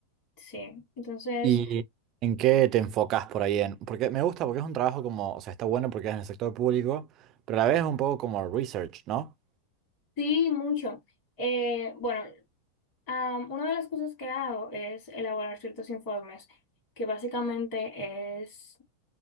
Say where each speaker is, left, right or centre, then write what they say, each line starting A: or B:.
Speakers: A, on the left (about 45°); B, on the right (about 35°).
A: Sí, entonces,
B: ¿Y en qué te enfocas por ahí? En, porque me gusta, porque es un trabajo como, o sea, está bueno porque es en el sector público, pero a la vez es un poco como research, ¿no?
A: sí, mucho. Eh, bueno, am, una de las cosas que hago es elaborar ciertos informes, que básicamente es